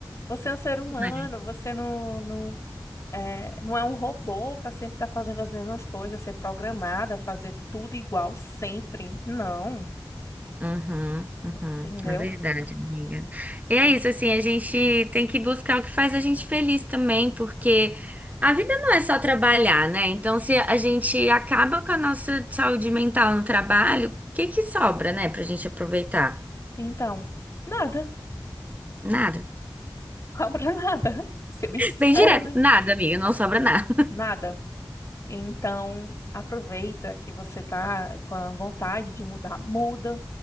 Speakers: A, on the left (about 40°); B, on the right (about 20°).
A: Você é um ser humano,
B: É,
A: você não, não É, não é um robô para sempre estar fazendo as mesmas coisas, ser programada, fazer tudo igual sempre. Não,
B: Uhum, uhum.
A: entendeu?
B: É verdade, amiga. E é isso, assim, a gente tem que buscar o que faz a gente feliz também, porque a vida não é só trabalhar, né? Então, se a gente acaba com a nossa saúde mental no trabalho, o que que sobra, né, pra gente aproveitar?
A: Então, nada.
B: Nada.
A: Cobra nada. <laughs> Ser
B: <laughs>
A: bem sincera,
B: Bem direto,
A: né?
B: nada, amiga, não sobra nada.
A: Nada. Então, aproveita que você está com a vontade de mudar, muda,